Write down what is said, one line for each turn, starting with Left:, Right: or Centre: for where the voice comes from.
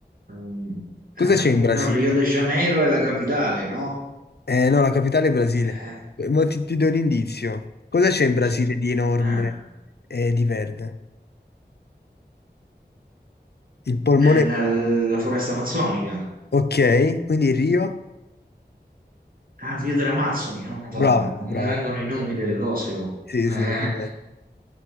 Right: Mm, ah,
Left: Cosa c'è
Right: no,
Left: in Brasile?
Right: Rio de Janeiro è la capitale, no?
Left: Eh, no, la capitale è Brasile.
Right: Eh,
Left: Eh, Ma ti, ti do un indizio. Cosa c'è in Brasile
Right: cioè,
Left: di enorme
Right: ah,
Left: e di verde? Il polmone
Right: eh, la, la foresta amazzonica.
Left: Ok, quindi Rio,
Right: Ah, Rio dell'Amazzoni, oh, Madonna,
Left: bravo,
Right: non
Left: bravo.
Right: mi vengono i nomi delle cose. oh.
Left: Sì,
Right: Eh,
Left: sì, vabbè.